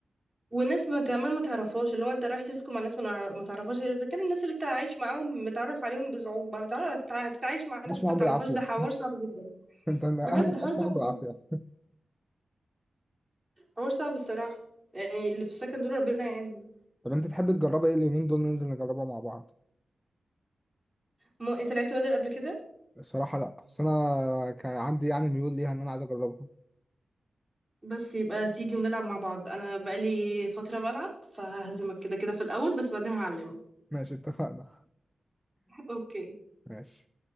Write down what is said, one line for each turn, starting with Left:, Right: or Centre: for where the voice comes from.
Right: وناس ما كمان ما تعرفهاش اللي هو انت رايح تسكن مع ناس ما نع- ما تعرفهاش اذا كان الناس اللي انت عايش معاهم متعرف عليهم بصعوبة هتعرف هتتع- هتتعايش مع ناس
Centre: عاش
Right: انت
Centre: معاهم
Right: ما تعرفهاش
Centre: بالعافية
Right: ده حوار
Centre: <laughs>
Right: صعب جدا
Centre: أنت أهلك
Right: بجد حوار
Centre: عاش
Right: صعب
Centre: معاهم بالعافية
Right: جدا حوار صعب الصراحة يعني اللي في السكن دول ربنا يعينهم
Centre: طب أنت تحب تجربها إيه اليومين دول ننزل نجربها مع بعض
Right: مو انت لعبت بدل قبل كده
Centre: الصراحة لا بس أنا كان عندي يعني ميول ليها إن أنا عايز أجربها
Right: بس يبقى تيجي ونلعب مع بعض انا بقالي فترة بلعب فههزمك كده كده في الاول بس بعدين هعلمك
Centre: <laughs> ماشي اتفقنا
Right: اوكي
Centre: ماشي